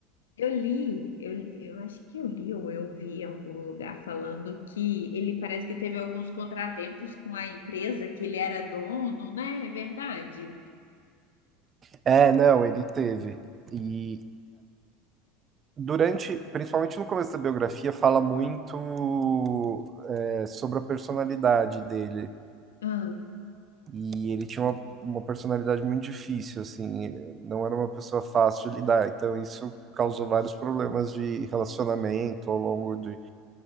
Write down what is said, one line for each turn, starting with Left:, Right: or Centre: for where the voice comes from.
Left: eu li, eu, eu acho que eu li ou eu vi em algum lugar falando que ele parece que teve alguns contratempos com a empresa que ele era dono, né? É verdade.
Right: É, não, ele teve. E durante, principalmente no começo da biografia, fala muito é, sobre a personalidade dele.
Left: Ah,
Right: E ele tinha uma, uma personalidade muito difícil, assim, não era uma pessoa fácil de lidar. Então, isso causou vários problemas de relacionamento ao longo de.